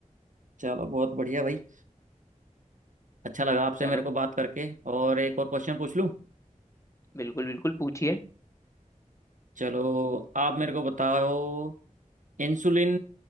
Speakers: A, on the right (about 75°); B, on the left (about 20°).
A: चलो बहुत बढ़िया भाई अच्छा लगा आपसे
B: चलो
A: मेरे को बात करके और एक और क्वेश्चन पूछ लूं
B: बिल्कुल बिल्कुल पूछिए
A: चलो आप मेरे को बताओ इंसुलिन